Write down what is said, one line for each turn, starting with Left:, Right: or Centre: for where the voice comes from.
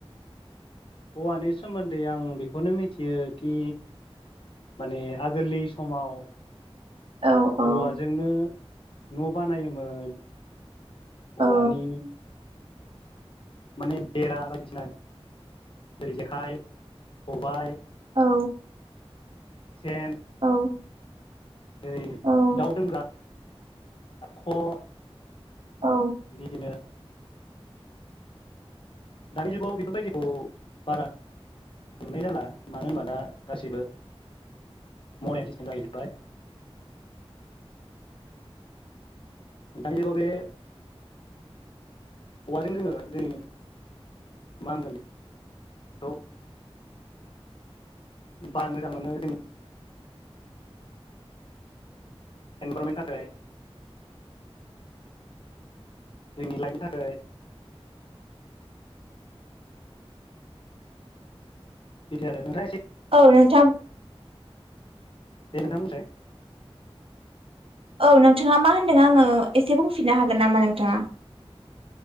Left: हौवानि सोमोन्दै आं बेखौनो मिथियो कि माने आगोलनि समाव
Right: औ औ
Left: औवाजोंनो न' बानायोमोन
Right: औ
Left: औवानि माने बेरा बायदिसिना जेरै जेखाइ खबायाइ
Right: औ
Left: सेन
Right: औ
Left: जेरै
Right: औ
Left: दाउ दोंग्रा ख
Right: औ
Left: बिदि नो दानि जुगाव बेफोरबायदिखौ बारा मोननाय जाला मानो होनबा दा गाससिबो मरानोस जाहैजोब्बाय
Right: <unintelligible>
Left: दानि जुगाव बे औवाजों जोङो जोंनि मा होनगोन बेखौ बार मोजां मोनो जोंनि एनभारनमेन्टनि थाखाय जोंनि लाइफनि थाखाय बिदि आरो नोंथाङा एसे
Right: औ नोंथां
Left: जे नोंथां मोनो
Right: औ नोंथाङा मा होनदों आङो एसे बुंफिननो हागोन नामा नोंथाङा